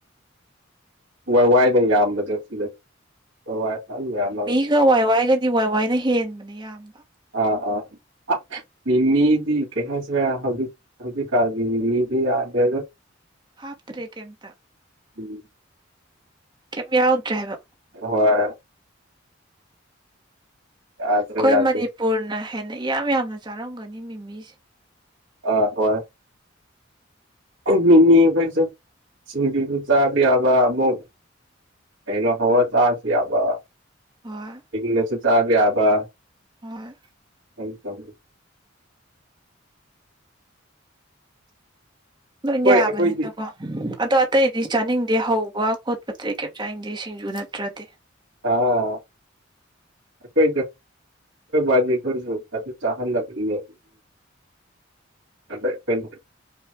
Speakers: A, on the right; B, on the right.
A: ꯋꯥ ꯋꯥꯏꯗ ꯌꯥꯝꯕꯗ ꯁꯤꯗ ꯋꯥꯏ ꯌꯥꯝꯃ
B: ꯅꯪ ꯋꯥꯏ ꯋꯥꯏꯒꯗꯤ ꯋꯥꯏ ꯋꯥꯏꯅ ꯍꯦꯟꯕꯅꯦ ꯌꯥꯝꯕ
A: ꯑ ꯑꯥ ꯃꯤꯃꯤꯗꯤ ꯀꯩꯍꯁꯤ ꯍꯧ ꯑꯗꯨ ꯗꯤ ꯀꯥꯕꯤꯗꯤ ꯌꯥꯗ
B: ꯍꯥꯐꯇꯔꯦ ꯀꯦꯝꯃꯥ
A: ꯎꯝ
B: ꯀꯩꯝ ꯌꯥꯎꯗ꯭ꯔꯦ ꯍꯥꯏꯕ
A: ꯍꯣꯏ ꯌꯥꯗ꯭ꯔꯦ
B: ꯑꯩꯈꯣꯏ
A: ꯌꯥꯗ꯭ꯔꯦ
B: ꯃꯅꯤꯄꯨꯔꯅ ꯍꯦꯟꯅ ꯏꯌꯥꯝ ꯌꯥꯝꯅ ꯆꯥꯔꯝꯒꯅꯤ ꯃꯤꯃꯤꯁꯦ
A: ꯑꯥ ꯍꯣꯏ ꯃꯤꯃꯤ ꯑꯩꯈꯣꯏꯁꯨ ꯁꯤꯡꯖꯨꯁꯨ ꯆꯥꯕ ꯌꯥꯕ ꯑꯃ ꯑꯩꯅ ꯍꯋꯥ ꯆꯥꯁꯤ ꯑꯕ
B: ꯍꯣꯏ
A: ꯅꯁ ꯆꯥꯦ ꯑꯕ
B: ꯍꯣꯏ
A: <unintelligible>
B: ꯂꯣꯏ ꯌꯥꯕꯅꯤꯅꯀꯣ
A: ꯑꯩꯈꯣꯏꯗꯤ
B: ꯑꯗꯣ ꯑꯇꯩꯗꯤ ꯆꯥꯅꯤꯡꯗꯦ ꯍꯧꯕ ꯈꯣꯠꯄ ꯑꯇꯩ ꯀꯩꯝ ꯆꯥꯅꯤꯡꯗꯦ ꯁꯤꯡꯖꯨ ꯅꯠꯇ꯭ꯔꯗꯤ
A: ꯍꯥ ꯑꯩꯈꯣꯏꯗꯨ ꯑꯩꯈꯣꯏ <unintelligible> ꯑꯗꯨ ꯆꯥꯍꯟꯅꯗꯕꯅꯦ <unintelligible>